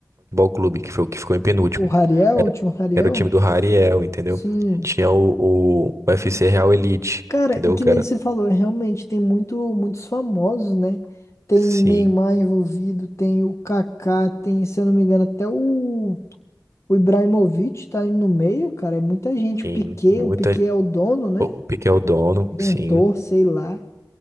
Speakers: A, on the right; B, on the left.
A: Clube, que foi o que ficou em penúltimo.
B: O Rariel,
A: Era,
B: o time Rariel?
A: era o time do Rariel, entendeu?
B: Sim.
A: Tinha o, o, o UFC Real Elite,
B: Cara,
A: entendeu?
B: e que
A: Que
B: nem
A: era,
B: você falou, realmente tem muito, muitos famosos, né? Tem
A: sim,
B: Neymar envolvido, tem o Kaká, tem, se eu não me engano, até o, o Ibrahimovic tá aí no meio, cara. É muita gente.
A: sim,
B: O Piquet,
A: muita.
B: o Piquet é o dono, né?
A: O o Piqué é o dono,
B: Inventor,
A: sim.
B: sei lá.